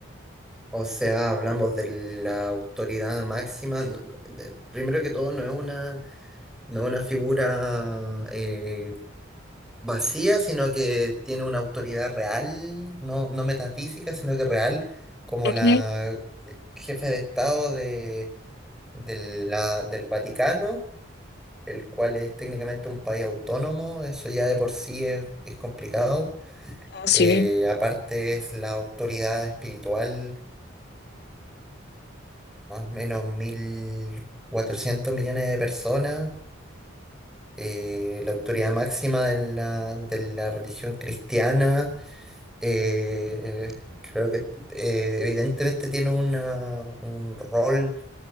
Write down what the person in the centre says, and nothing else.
O sea, hablamos de la autoridad máxima. n- de- Primero que todo, no es una, no es una figura eh, vacía, sino que tiene una autoridad real, no, no metafísica, sino que real, como
la jefe de Estado de, de la, del Vaticano, el cual es técnicamente un país autónomo. Eso ya de por sí es, es complicado.
Eh, aparte es la autoridad espiritual más o menos 1.400 millones de personas, eh, la autoridad máxima de la, de la religión cristiana, eh, creo que eh, evidentemente tiene una, un rol